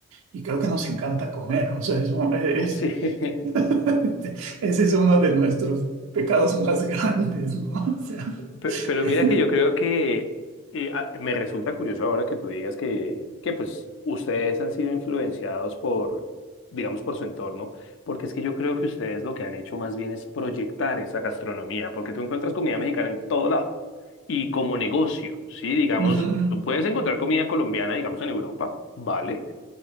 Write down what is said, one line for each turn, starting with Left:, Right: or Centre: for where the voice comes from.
Right: y creo que nos encanta comer. O sea, es un- es-
Left: Ujú. Sí. <laughs>
Right: <laughs> ese es uno de nuestros pecados más <laughs> grandes, ¿no? O sea,
Left: Pe-
Right: <laughs>
Left: Pero mira que yo creo que eh, a- me resulta curioso ahora que tú digas que, que pues ustedes han sido influenciados por, digamos, por su entorno, porque es que yo creo que ustedes lo que han hecho más bien es proyectar esa gastronomía, porque tú encuentras comida mexicana en todo lado y como negocio, ¿sí? Digamos,
Right: ujú.
Left: tú puedes encontrar comida colombiana, digamos, en Europa, ¿vale?